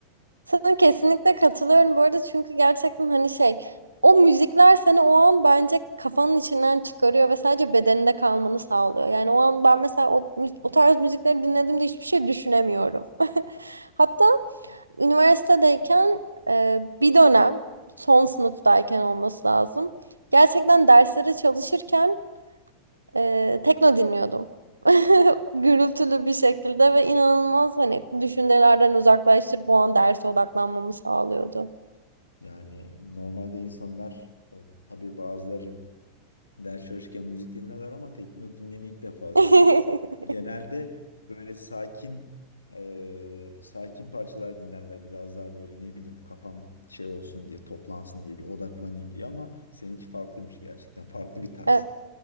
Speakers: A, on the right; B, on the left.
A: Sana kesinlikle katılıyorum bu arada çünkü gerçekten hani şey o müzikler seni o an bence kafanın içinden çıkarıyor ve sadece bedeninde kalmanı sağlıyor. Yani o an ben mesela o, mü- o tarz müzikleri dinlediğimde hiçbir şey düşünemiyorum. <laughs> Hatta üniversitedeyken e, bir dönem son sınıftayken olması lazım. Gerçekten derslere çalışırken e, tekno dinliyordum. <laughs> Gürültülü bir şekilde ve inanılmaz hani düşüncelerden uzaklaştırıp o an derse odaklanmamı sağlıyordu.
B: Yani normalde insanlar e, tabii bazıları ders çalışırken müzik dinlerler ama tekno dinleyeni ilk defa
A: <laughs>
B: <laughs> Genelde böyle sakin eee, sakin parçalar dinlerler biraz daha böyle ne bileyim kafam şey olsun diye toplansın diye bir odaklanayım diye ama seninki farklıymış gerçekten <laughs> farklı bir tarz.
A: E,